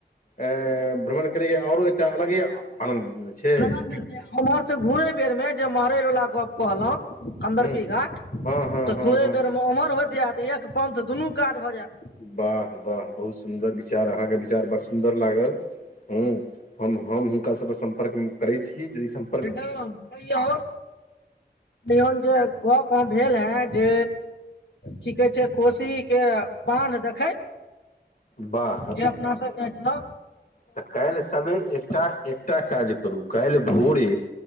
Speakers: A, on the left (about 50°); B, on the left (about 85°).
A: ऐं भ्रमण करैके आरो एकटा अलगे आनन्द छै
B: आनंद छै आ उम्हर स घूरै बेर मे जे महरैल वला गप कहलौं कंदर्पी
A: हँ
B: घाट त
A: हँ हँ हँ
B: घुरै
A: हँ
B: बेरमे
A: हँ
B: उम्हर होइत आएब, एक पंथ दुनू काज भ जाएत।
A: वाह वाह बहुत सुन्दर विचार, अहाँके विचार बड सुन्दर लागल। हुं हम हम हिनका सभके सम्पर्क मे करै छी जे सभ
B: ह त आ <unintelligible> कहियौन जे गप भेल हेँ जे की कहै छै कोशीके बान्ह देखैत
A: वाह
B: जे अपना सबके छौ।
A: त काल्हि सबेर एकटा एकटा काज करू काल्हि भोरे।